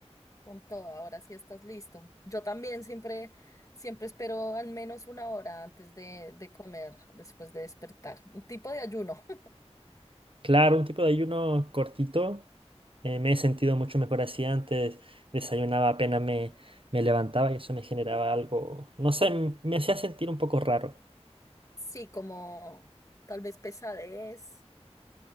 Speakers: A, on the left; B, on the right.
A: Con todo, ahora sí estás listo. Yo también siempre, siempre espero al menos una hora antes de, de comer, después de despertar. Un tipo de ayuno. <laughs>
B: Claro, un tipo de ayuno cortito. eh, me he sentido mucho mejor así antes. Desayunaba apenas me, me levantaba y eso me generaba algo, no sé, m- me hacía sentir un poco raro.
A: Sí, como tal vez pesadez.